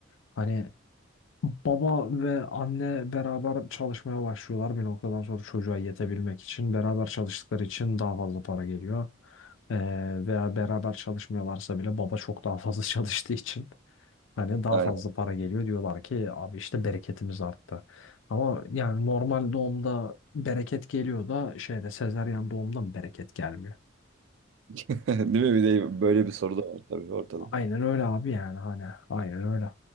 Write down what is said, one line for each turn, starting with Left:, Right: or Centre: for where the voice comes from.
Left: Hani Baba ve anne beraber çalışmaya başlıyorlar bir noktadan sonra çocuğa yetebilmek için. Beraber çalıştıkları için daha fazla para geliyor. Ee, veya beraber çalışmıyorlarsa bile baba çok daha fazla <laughs> çalıştığı için hani daha
Right: Aynen.
Left: fazla para geliyor. Diyorlar ki abi işte bereketimiz arttı. Ama yani normal doğumda bereket geliyor da şeyde sezaryen doğumda mı bereket gelmiyor?
Right: <laughs> Değil mi? Bir de böyle bir soru da var tabii ortada.
Left: Aynen öyle abi yani hani aynen öyle.